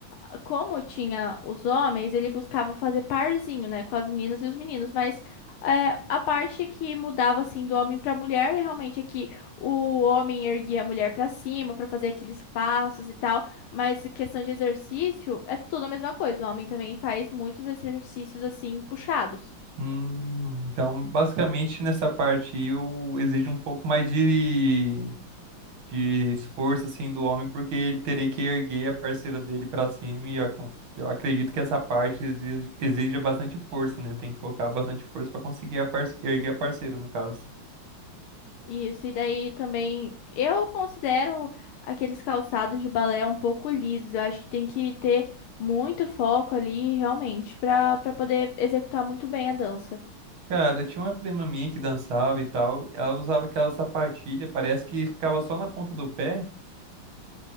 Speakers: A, on the left (about 75°); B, on the right (about 70°).
A: a- como tinha os homens, ele buscava fazer parzinho, né, com as meninas e os meninos, mas é, a parte que mudava, assim, do homem para mulher, realmente é que o homem erguia a mulher para cima para fazer aqueles passos e tal, mas em questão de exercício, é tudo a mesma coisa, o homem também faz muitos exercícios, assim, puxados.
B: Hum, então, basicamente, nessa parte aí, eu exijo um pouco mais de de esforço assim do homem, porque ele teria que erguer a parceira dele pra cima e acon- eu acredito que essa parte exige- exija bastante força, né? Tem que colocar bastante força pra conseguir a parce- erguer a parceira, no caso.
A: Isso, e daí também eu considero aqueles calçados de balé um pouco lisos. Eu acho que tem que ter muito foco ali, realmente, para para poder executar muito bem a dança.
B: Cara, eu tinha uma prima minha que dançava e tal, ela usava aquela sapatilha, parece que ficava só na ponta do pé.